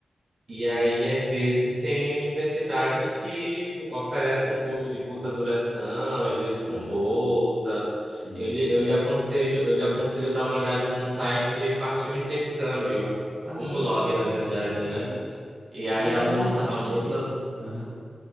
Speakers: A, on the right; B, on the right.
A: E aí, às vezes, tem universidades que oferecem um curso de curta duração, às vezes com
B: tá?
A: bolsa.
B: Sim.
A: Eu, lhe- eu lhe aconselho, eu lhe aconselho dar uma olhada no site Partiu Intercâmbio,
B: Ah,
A: um blog, na verdade,
B: interessante.
A: né? E aí
B: É,
A: a moça,
B: eu nunca pensei
A: a moça,
B: nisso. Aham,